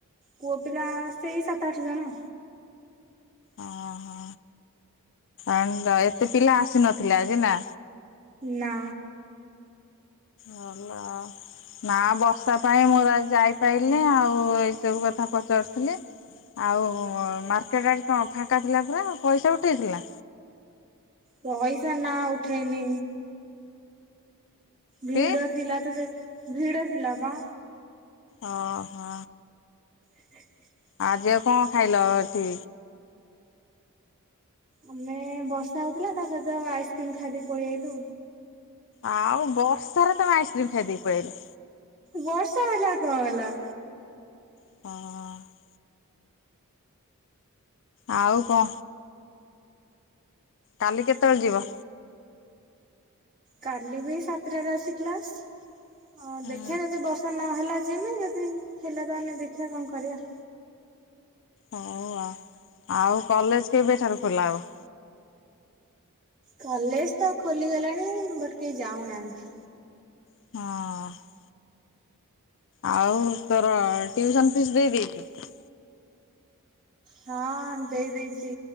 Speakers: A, on the right; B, on the left.
A: ପୁଅ ପିଲା ସେଇ ସାତ ଆଠ ଜଣ।
B: ଓହୋ ଆଉ ଏତେ ପିଲା ଆସିନଥିଲେ ଆଜି ନା।
A: ନା।
B: ସରିଲା। ନା ବର୍ଷା ପାଇଁ ମୁଁ ଆଉ ଯାଇପାଇଲି ଆଉ ଏଇ ସବୁ କଥା ପଚାରୁଥିଲି। ଆଉ ମାର୍କେଟରେ କଣ ଫାଙ୍କା ଥିଲା ପୁରା ପଇସା ଉଠାଇଥିଲା।
A: ପଇସା ନା ଉଠେଇନି। ଭିଡ
B: କି
A: ଥିଲା ତ ସେ ଭିଡ ଥିଲା ବା।
B: ଓହୋ।
A: <unintelligible>
B: ଆଜି ଆଉ କଣ ଖାଇଲ ଏଠି?
A: ଆମେ ବର୍ଷା ହଉଥିଲା ତା ସହିତ ଆଇସ୍କ୍ରିମ୍ ଖାଇଦେଇକି ପଳେଇ ଆଇଲୁ।
B: ଆଉ ବର୍ଷାରେ ତମେ ଆଇସ୍କ୍ରିମମ୍ ଖାଇଦେଇକି ପଳିଆଇଲ।
A: ବର୍ଷା ହେଲା କଣ ହେଲା?
B: ହଁ। ଆଉ କଣ? କାଲି କେତେବେଳେ ଯିବ?
A: କାଲି ବି ସାତଟାରେ ଅଛି କ୍ଲାସ୍। ହଁ
B: ହୁଁ
A: ଦେଖିବା ଯଦି ବର୍ଷା ନହେଲା ଯିମି ଯଦି ହେଲା ତାହେଲେ ଦେଖିବା କଣ କରିବା।
B: ହଉ ଆଉ ଆଉ କଲେଜ କେବେଠାରୁ ଖୋଲା ହବ?
A: କଲେଜ୍ ତ ଖୋଲି ଗଲାଣି ବଟ୍ କେହି ଯାଉନାହାନ୍ତି।
B: ହଁ। ଆଉ ତୋର ଟିଉସନ୍ ଫିସ୍ ଦେଇ ଦେଇଦେଇଛୁ?
A: ହଁ ଦେଇ ଦେଇଦେଇଛି